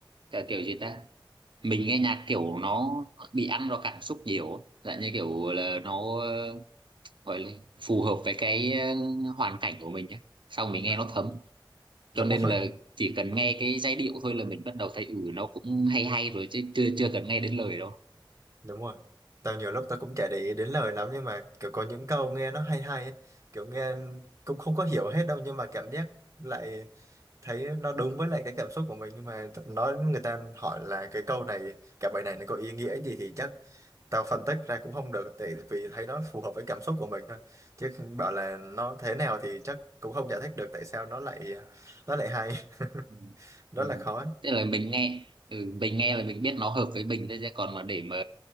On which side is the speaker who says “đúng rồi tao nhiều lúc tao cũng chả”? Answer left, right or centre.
Right